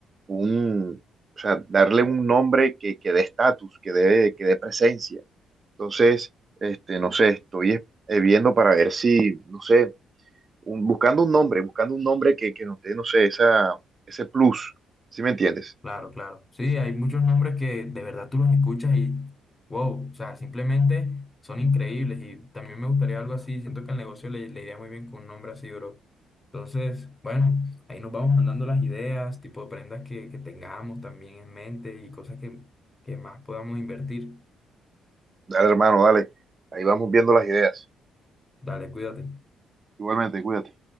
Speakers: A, on the right; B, on the left.
A: un, o sea, darle un nombre que, que dé estatus, que dé, que dé presencia. Entonces, este, no sé, estoy es- eh, viendo para ver si, no sé, un- buscando un nombre, buscando un nombre que, que nos dé, no sé, esa, ese plus, ¿sí me entiendes?
B: Claro, claro. Sí, hay muchos nombres que de verdad tú los escuchas y wow, o sea, simplemente son increíbles y también me gustaría algo así. Siento que al negocio le, le iría muy bien con un nombre así, bro. Entonces, bueno, ahí nos vamos mandando las ideas, tipo de prendas que, que tengamos también en mente y cosas que, que más podamos invertir.
A: Dale, hermano, dale, ahí vamos viendo las ideas.
B: Dale, cuídate.
A: Igualmente, cuídate.